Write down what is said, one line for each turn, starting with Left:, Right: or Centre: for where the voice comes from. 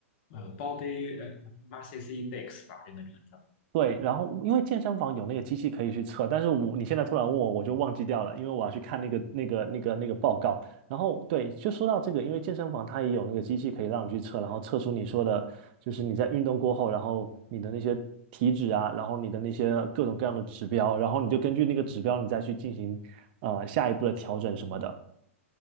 Left: 呃 body 呃 mass index 吧，这个这个叫。
Right: 对，然后因为健身房有那个机器可以去测，但是我你现在突然问我，我就忘记掉了，因为我要去看那个那个那个那个报告。然后对，就说到这个，因为健身房它也有那个机器可以让你去测，然后测出你说的，就是你在运动过后，然后你的那些体脂啊，然后你的那些各种各样的指标，然后你就根据那个指标，你再去进行呃下一步的调整什么的。